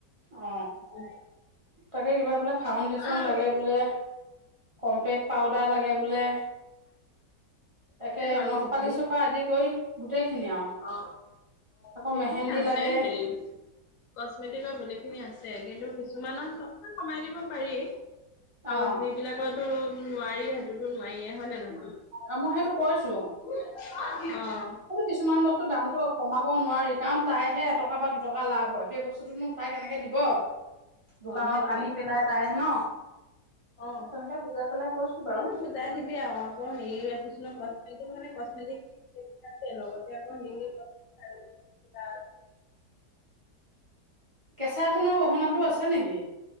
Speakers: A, on the right; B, on the left.
A: অ
B: উম।
A: তাকে কিবা বোলে, ফাউণ্ডেশচন
B: আছে
A: লাগে বোলে। কম্পেক্ট পাউডাৰ লাগে বোলে, একে
B: বাৰু
A: নখ
B: সেইখিনি
A: পালিচ পা আদি কৰি গোটেই খিনি আৰু।
B: অ গোটেইখিনি
A: আকৌ মেহেন্দি
B: আছে
A: লাগে
B: হেৰি? কচমেটিকৰ গোটেইখিনি আছে, কিন্তু কিছুমানত অকনমান কমাই দিব পাৰি।
A: অ'
B: আৰু যিবিলাকতো নোৱাৰি সেইটোতো নোৱাৰিয়ে হয় নে নহয়?
A: আ মই সেইটো কৈছোঁ।
B: অ,
A: কিছুমান বস্তু দামটো কমাব নোৱাৰি, কাৰণ তাইহে এটকা বা দুটকা লাভ হয়, সেই বস্তুটোনো? তাই কেনেকে দিব দোকানত
B: অ সেইটোৱে
A: আনি পেলাই তাই ন।
B: অ
A: তেনেকে বুজাই পেলাই কৈছো বাৰু
B: সেই টো বুজাই দিবি আৰু মই হেৰি ৰাখিছোঁ নহয় কচমেটিক্স মানে কচমেটিক্স গোটেইখিনি আছে লগতে। তাতে আকৌ হেৰি খাৰু, কিতাপ
A: কেঁচা সোনৰ গহনা টো আছে নেকি?